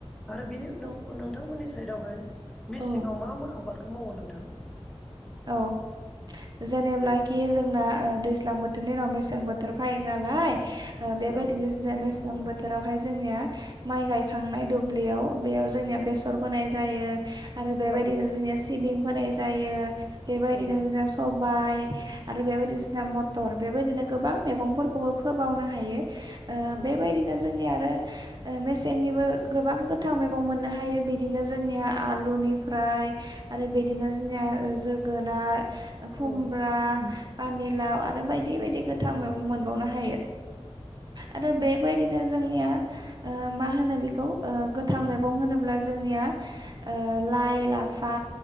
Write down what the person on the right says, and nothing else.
औ
औ
औ जेनेब्लाखि जोंना ओ दैज्लां बोथोरनि उनाव मेसें बोथोर फायो नालाय। ओ बेबायदिनो
जिना मेसें बोथोरावहाय जोंनिया माइ गायखांनाय दुब्लियाव बेयाव जोंनिया बेसर फोनाय जायो। आरो बेबायदिनो
जोंनिया सिबिं फोनाय जायो। बेबायदिनो
जोंना सब बाय आरो बेबायदि जोना मथर बेबायदिनो गोबां मैगंफोरखौबो फोबावनो हायो। ओ बे
बायदिनो जोंनि आरो ओ मेसेंनिबो गोबां गोथां मैगं मोननो हायो‌। बिदिनो जोंनिया आलुनिफ्राय आरो बिदिनो जोंनिया जोगोनार खुमब्रा
पानिलाव आरो बायदि बायदि गोथां मैगं मोनबावनो हायो। आरो बे बायदिनो जोंनिया ओ मा होनो बेखौ ओ गोथां मैगं होनोब्ला जोंनिया ओ लाय, लाफा